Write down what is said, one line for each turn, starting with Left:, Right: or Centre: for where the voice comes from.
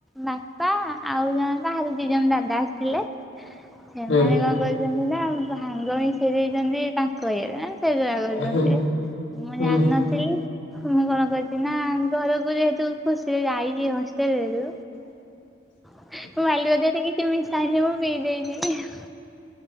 Centre: ବାପା ଆଉ ଜ ବାହାରୁ ଦି ଜଣ ଦାଦା ଆସିଥିଲେ ସେମାନେ
Left: ହୁଁ
Centre: କଣ କରିଛନ୍ତି ନା ଭାଙ୍ଗ ମିଶେଇ ଦେଇଛନ୍ତି ତାଙ୍କ ଇଏରେ ସେ ଜଉରା କରିଛନ୍ତି
Left: ହୁଁ
Centre: ମୁଁ
Left: ହୁଁ।
Centre: ଜାଣିନଥିଲି ମୁଁ କଣ କରିଚିନା ଘରକୁ ଯେହେତୁ ଖୁସିରେ ଯାଇଛି ହଷ୍ଟେଲରୁ
Left: <inaudible>
Centre: <unintelligible> ମୁଁ ପି ଦେଇଚି।